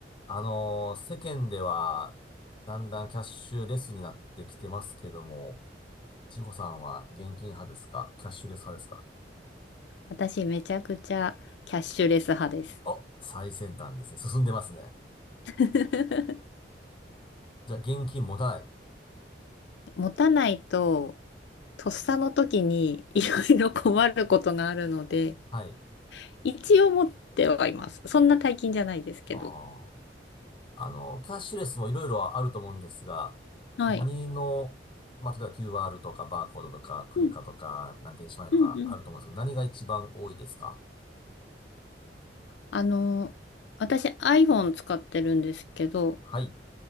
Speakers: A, on the left; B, on the left.
A: あのー世間では、だんだんキャッシュレスになってきてますけども、千穂さんは現金派ですかキャッシュレス派ですか
B: 私めちゃくちゃキャッシュレス派です。
A: お、最先端ですね。進んでますね。
B: <laughs>
A: じゃあ、現金持たない。
B: 持たないと、とっさの時にいろいろ困ることがあるので、
A: はい。
B: 一応持ってはいます。そんな大金じゃないですけど。
A: あーあのーキャッシュレスもいろいろあると思うんですが、
B: はい。
A: 何の、まあ、例えば QR とかバーコードとか、クレカとか、
B: うん
A: なん電子マネーとかあると思うんですけど、
B: うんうん。
A: 何が一番多いですか
B: あの、私 iPhone 使ってるんですけど、
A: はい。